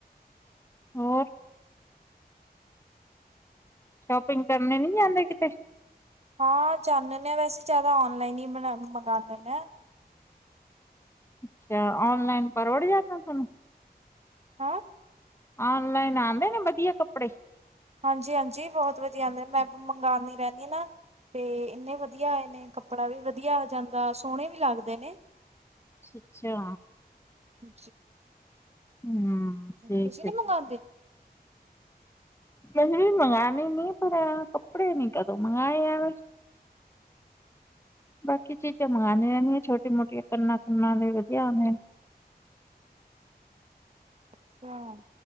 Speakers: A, on the left (about 15°); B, on the right (about 40°).
A: ਹੋਰ ਸ਼ੋਪਿੰਗ ਕਰਨੇ ਨੀ ਜਾਂਦੇ ਕਿਤੇ
B: ਹਾਂ ਚਲਣੇ ਆ ਹਾਂ ਵੈਸੇ ਜ਼ਿਆਦਾ ਔਨਲਾਈਨ ਹੀ ਮ ਮੰਗਾ ਲੈਣੇ ਹਾਂ।
A: ਅੱਛਾ ਔਨਲਾਈਨ ਪਰ ਉੜ ਜਾਦਾ ਤੁਹਾਨੂੰ
B: ਹੈਂ
A: ਓਨਲਾਈਨ ਆਂਦੇ ਨੇ ਵਧੀਆ ਕੱਪੜੇ
B: ਹਾਂਜੀ-ਹਾਂਜੀ ਬਹੁਤ ਵਧੀਆ ਆਦੇ ਮੈਂ ਮੰਗਾਦੀ ਰਹਿੰਣੀ ਹਾਂ ਨਾ ਤੇ ਇੰਨੇ ਵਧੀਆ ਆਏ ਨੇ ਕੱਪੜਾ ਵੀ ਵਧੀਆ ਆ ਜਾਂਦਾ ਸੋਹਣੇ ਵੀ ਲਾੱਗਦੇ ਨੇ।
A: ਸੱਚਾ।
B: ਹ
A: ਹੂੰ ਠੀਕ
B: ਤੁਸੀਂ
A: ਹੈ
B: ਨੀ ਮੰਗਾਦੇ
A: ਠੀਕ। ਅਸੀ ਵੀ ਮੰਗਾਣੇ ਨੀ ਪਰ ਆ ਕੱਪੜੇ ਨੀ ਕਦੋਂ ਮੰਗਏ ਐਵੇ ਬਾਕੀ ਚੀਜ਼ਾਂ ਮੰਗਾਦੀ ਰਹਿਣੀ ਹਾਂ ਛੋਟੀ ਮੋਟੀ ਕੰਨਾਂ-ਕੁੰਨਾਂ ਦੇ ਵਧੀਆ ਨੇ
B: ਕਿਉਂ?